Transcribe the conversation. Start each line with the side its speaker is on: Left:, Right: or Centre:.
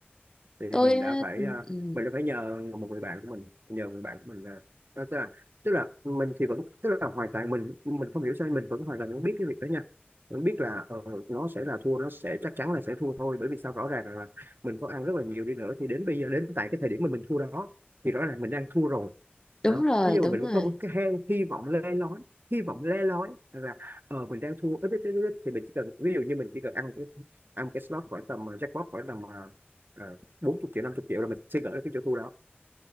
Right: thì
Left: tôi
Right: mình
Left: á,
Right: đã phải
Left: ừ.
Right: à,
Left: ừ.
Right: mình đã phải nhờ một người bạn của mình nhờ người bạn của mình là đó tức là tức là mình thì vẫn tức là hoàn toàn mình mình không hiểu sao mình vẫn hoàn toàn vẫn biết cái việc đó nha vẫn biết là ờ, nó sẽ là thua nó sẽ chắc chắn là sẽ thua thôi bởi vì sao rõ ràng là mình có ăn rất là nhiều đi nữa thì đến bây giờ đến tại cái thời điểm mà mình thua đó thì rõ ràng mình đang thua rồi
Left: đúng
Right: đó
Left: rồi
Right: ví dụ
Left: đúng
Right: mà mình
Left: rồi
Right: có một cái hang hy vọng le lói hy vọng le lói là ờ mình đang thua ít ít ít ít thì mình chỉ cần ví dụ như mình chỉ cần ăn một cái ăn một cái slot khoảng tầm ờ, jackpot khoảng tầm ờ, ờ, bốn chục triệu năm chục triệu là mình sẽ gỡ được cái chỗ thua đó